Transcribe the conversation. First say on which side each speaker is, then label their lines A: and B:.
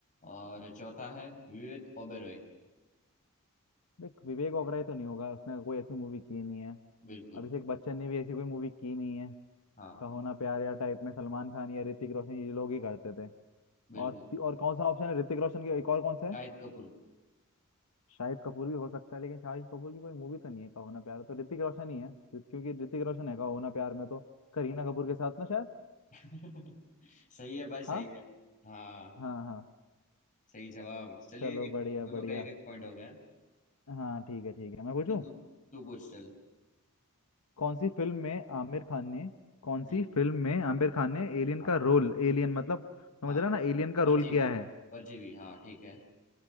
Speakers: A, on the left; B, on the left.
A: और चौथा है विवेक ओबेरॉय
B: देख विवेक ओबराय तो नहीं होगा उसने कोई ऐसी मूवी की नहीं है
A: बिल्कुल
B: अभिषेक बच्चन ने भी ऐसी कोई मूवी की नहीं है
A: हाँ
B: कहो ना प्यार या टाइप में सलमान खान या ऋतिक रोशन ये लोग ही करते थे
A: बिल्कुल
B: और ती- और कौन सा ऑप्शन है ऋतिक रोशन के एक और कौन सा है
A: शाहिद कपूर
B: शाहिद कपूर भी हो सकता है लेकिन शाहिद कपूर की कोई मूवी तो नहीं है कहो ना प्यार तो ऋतिक रोशन ही है क्योंकि ऋतिक रोशन है कहो ना प्यार में तो करीना कपूर के साथ ना शायद
A: <laughs> सही है भाई सही
B: हाँ
A: है हाँ
B: हाँ हाँ
A: सही जवाब चलिए
B: चलो
A: एक
B: बढ़िया
A: दोनों
B: बढ़िया
A: का एक एक पॉइंट हो गया
B: हाँ ठीक है ठीक है मैं पूछूं
A: तो तू तू पूछ चल
B: कौन सी फिल्म में आमिर खान ने कौन सी
A: हम्म
B: फिल्म में आमिर खान ने एलियन
A: हाँ
B: का रोल एलियन मतलब समझ
A: हाँ
B: रहे हो ना एलियन का
A: परजीवी
B: रोल किया है
A: परजीवी हाँ ठीक है